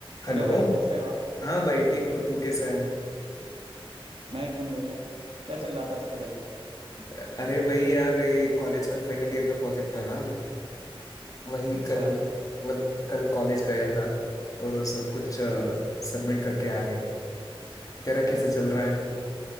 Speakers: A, on the left; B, on the right.
A: Hello
B: हेलो भाई कैसे हो आप
A: हाँ भाई ठीक हूँ तू कैसा है
B: मैं एकदम बढ़िया क्या चल रहा था आजकल लाइफ में
A: अ- अरे वही यार ये कॉलेज का फाइनल ईयर का प्रोजेक्ट था ना वही
B: अच्छा
A: कल वल कल कॉलेज गया था और वो सब कुछ सबमिट
B: हाँ
A: करके आ गया तेरा कैसे चल रहा है